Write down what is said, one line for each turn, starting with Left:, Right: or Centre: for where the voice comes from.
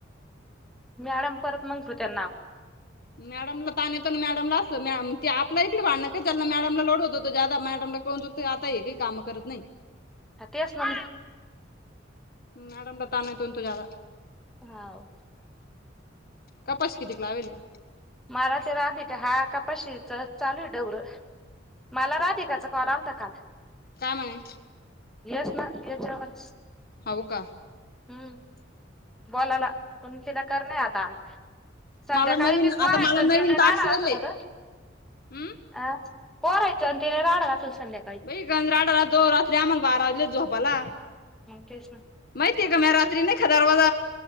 Centre: मॅडम परत ठेवत्या नाव.
Left: मॅडमला ताण येतो ना मॅडमला अस ते आपला इकडणं का ज्यांना मॅडमला लोड होतो ज्यादा मॅडमला कळून चू तय आता हे काही काम करत नाही.
Centre: हा तेच ना.
Left: मॅडम ला ताण येतो ना तो ज्यादा.
Centre: हवं!
Left: कपाशी कितीक लावेले?
Centre: मला ते राधिका हा कपाशीच चालू आहे डवर मला राधिकाच कॉल आलता काल.
Left: काय म्हणे?
Centre: हेच ना याच्या वरच.
Left: हाव का!
Centre: हम्म बोलायला पण तिला करन आहे आता आज. संध्याकाळी
Left: मला नवीन
Centre: बी पोरा
Left: आता मला
Centre: येत
Left: नवीन
Centre: राडा
Left: टाक्स येले
Centre: घातला ग.
Left: हम्
Centre: अ पोरयच आण तीन राडा घातला संध्या
Left: बाई गंज राड राहतो रात्रीे आम्हाला बारा वाजले झोयपाला.
Centre: मग तेच ना
Left: माहितीय का म्या रात्री नाही का दारवाज